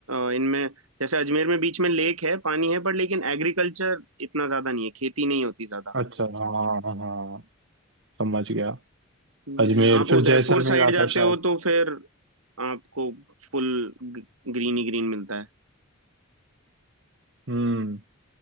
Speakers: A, on the right (about 80°); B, on the right (about 55°).
A: अ, इनमें जैसे अजमेर में बीच में लेक है पानी है पर लेकिन एग्रीकल्चर इतना ज्यादा नहीं है खेती नहीं होती ज्यादा
B: अच्छा हाँ हाँ हाँ, समझ गया
A: ये
B: अजमेर
A: है आप उदयपुर
B: फिर जैसलमेर
A: साइड
B: आता
A: जाते
B: है शायद
A: हो तो फिर आपको फुल ग्रीन ही ग्रीन मिलता है
B: हम्म